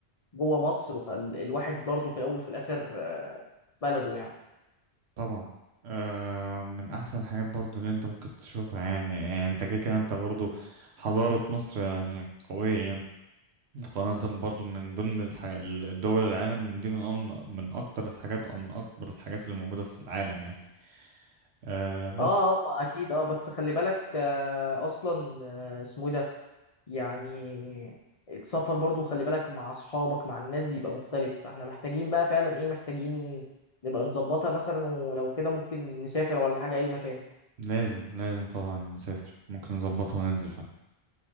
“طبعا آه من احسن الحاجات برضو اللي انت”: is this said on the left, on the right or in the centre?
Right